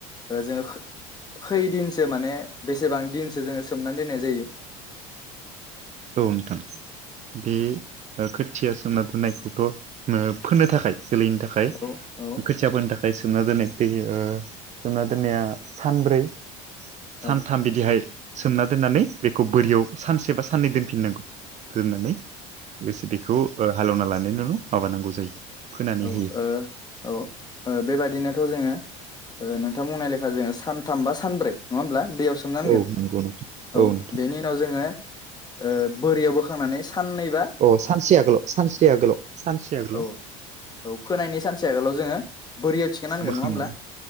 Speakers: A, on the left; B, on the right.
A: ओ जोङो खैदिनसो माने बेसेबां दिनसो जोङो सोमनानै दोननाय जायो?
B: औ नोंथां। बे ओ खोथिया सोमना दोननायखौथ' फोनो थाखाय जोलैनि थाख खाय
A: औ औ
B: खोथिया फोनो थाखाय सोमना दोननाय दै ओ सोमना दोननाया सानब्रै सानथाम
A: औ
B: बिदिहाय सोमना दोननानै बेखौ बोरियाव सानसे बा साननै दोनफिननांगौ। दोननानै लोगोसे बेखौ ओ हालेवना <unintelligible> माबानांगौ जायो। फोनानै
A: औ ओ
B: होयो।
A: औ ओ बेबादिनोथ' जोङो ओ नोंथां बुंनाय लेखा जोङो सानथाम बा सानब्रै नङा होमब्ला दैयाव सो सोमनांगोन
B: औ नंगौ नोंथां
A: औ
B: नोंथां
A: बेनि उनाव जोङो ओ बोरियाव बोखांनानै साननैबा
B: अ सानसे आगोलाव सानसे आगोलाव सानसे आगोलाव।
A: औ औ फोनायनि सानसे आगोलाव जोङो बोरियाव थिखोनानगोन
B: बोखांनानै
A: नङा होमब्ला?